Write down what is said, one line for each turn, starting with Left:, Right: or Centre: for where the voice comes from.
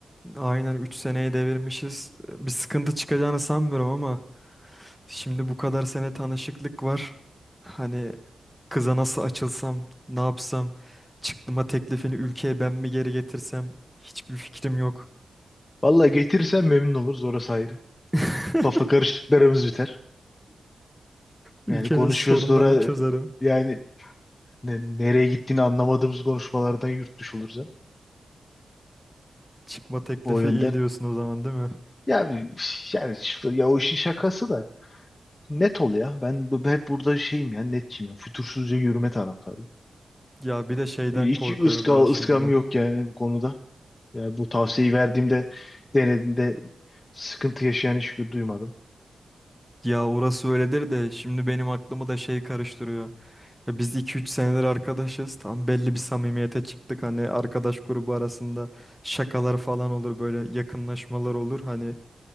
Centre: Aynen 3 seneye devirmişiz. Bir sıkıntı çıkacağını sanmıyorum ama şimdi bu kadar sene tanışıklık var. Hani Kıza nasıl açılsam, ne yapsam, çıktıma teklifini ülkeye ben mi geri getirsem hiçbir fikrim yok.
Left: Vallahi getirirsen memnun oluruz orası ayrı.
Centre: <laughs>
Left: Kafa karışıklarımız biter.
Centre: Ülkenin
Left: Yani konuşuyoruz
Centre: sorunlarını
Left: sonra
Centre: çözerim.
Left: yani ne- nereye gittiğini anlamadığımız konuşmalardan yurtmuş oluruz ya.
Centre: Çıkma teklifi
Left: O yönden.
Centre: iyi diyorsun o zaman değil mi?
Left: Ya bir- yani şu- ya o işin şakası da net ol ya. Ben bu- hep burada şeyim ya netçiyim ya. Fütursuzca yürüme taraftarıyım.
Centre: Ya bir de şeyden
Left: E, hiç
Centre: korkuyorum
Left: ıska,
Centre: ben şimdi.
Left: ıskam yok yani bu konuda. Yani bu tavsiyeyi verdiğimde denediğinde sıkıntı yaşayan hiç duymadım.
Centre: Ya orası öyledir de şimdi benim aklımı da şey karıştırıyor. Ya biz iki üç senedir arkadaşız. Tam belli bir samimiyete çıktık. Hani arkadaş grubu arasında şakalar falan olur böyle yakınlaşmalar olur. Hani